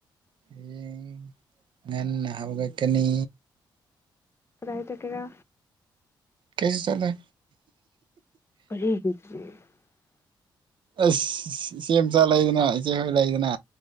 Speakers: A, on the right; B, on the left.
A: ꯍꯌꯦꯡ ꯉꯟꯅ ꯍꯧꯒꯠꯛꯀꯅꯤ
B: ꯀꯗꯥꯏ ꯆꯠꯀ‌ꯦꯔ
A: ꯀꯩꯁꯨ ꯆꯠꯂꯣꯏ
B: <unintelligible>
A: ꯑꯁ ꯏꯆ‌ꯦꯝꯆꯥ ꯂꯩꯗꯅ ꯏꯆꯦꯍꯣꯏ ꯂꯩꯗꯅ